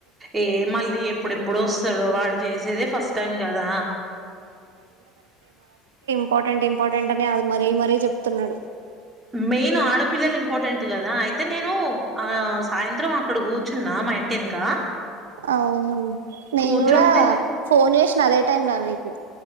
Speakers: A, on the right (about 25°); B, on the right (about 80°).
A: ఏ మళ్ళీ ఎప్పుడెప్పుడు వస్తాడో వాడు చేసేదే ఫస్ట్ టైం కదా
B: ఇంపార్టెంట్ంర్టెంట్ అని అది మరీ మరీ చెప్తున్నాడు
A: మెయిన్ ఆడపిల్లలు ఇంపార్టెంట్ కదు కదా అయితే నేను ఆ సాయంత్రం అక్కడ కూర్చున్నా మా ఇంటి వెనుక
B: అవును నేను
A: కూర్చుంటే
B: కూడా ఫోన్ చేసిన అదే టైం లోనా మీకు